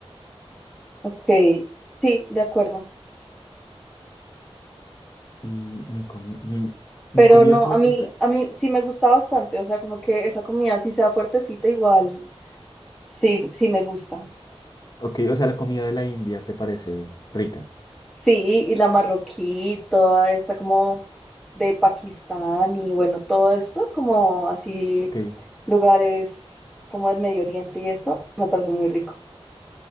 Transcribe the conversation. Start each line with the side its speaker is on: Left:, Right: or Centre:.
Centre: Ok, sí, de acuerdo.
Left: Y mi, comi- mi,
Centre: Pero
Left: mi comida
Centre: no,
Left: favorita,
Centre: a mí, a mí sí me gusta bastante, o sea, como que esa comida sí sea fuertecita, igual sí, sí me gusta.
Left: ok, o sea, la comida de la India te parece rica,
Centre: Sí, y la marroquí, toda esta como de Pakistán y bueno, todo esto, como así
Left: ok,
Centre: lugares como el Medio Oriente y eso, me parece muy rico.